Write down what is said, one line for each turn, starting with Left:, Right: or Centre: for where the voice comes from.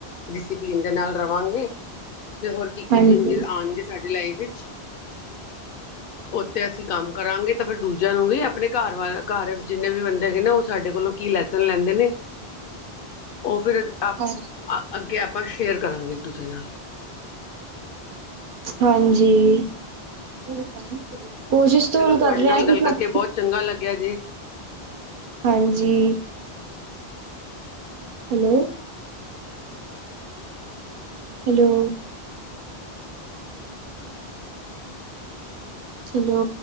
Left: ਡਿਸਪਲਿਨ ਦੇ ਨਾਲ ਰਵਾਂਗੇ ਅਤੇ ਹੋਰ ਕੀ ਕੀ
Right: ਹਾਂਜੀ
Left: ਚੇਂਜ ਆਉਣਗੇ ਸਾਡੀ ਲਾਈਫ ਵਿਚ ਉਥੇ ਅਸੀ ਕਮ ਕਰਾਗੇ ਫਿਰ ਦੂਜਿਆਂ ਨੂੰ ਵੀ ਆਪਣੇ ਘਰ ਘਰ ਜਿਨੇ ਵੀ ਬਦੇ ਹੈਗੇ ਨੇ ਉਹ ਸਾਡੇ ਕੋਲੋ ਕੀ ਲੈਸਨ ਲੈਦੇ ਨੇ ਉਹ- ਫਿਰ ਆਪ
Right: ਹਾਂਜੀ
Left: ਅਗੇ ਆਪਾ ਸ਼ੇਅਰ ਕਰਾਗੇ ਇੱਕ ਦੂਸਰੇ ਨਾਲ
Right: ਹਾਂਜੀ- ਕੋਸ਼ਿਸ਼ ਤਾਂ
Left: ਚਲੋ
Right: ਹੁਣ ਕਰ
Left: ਤੁਹਾਡੇ
Right: ਰਿਹਾ
Left: ਨਾਲ ਗੱਲ
Right: ਕਿ
Left: ਕਰਕੇ
Right: ਸਭ
Left: ਬਹੁਤ ਚੰਗਾ ਲੱਗਿਆ ਜੀ
Right: ਹਾਂਜੀ- ਹੈਲੋ- ਹੈਲੋ। ਸਲੋ।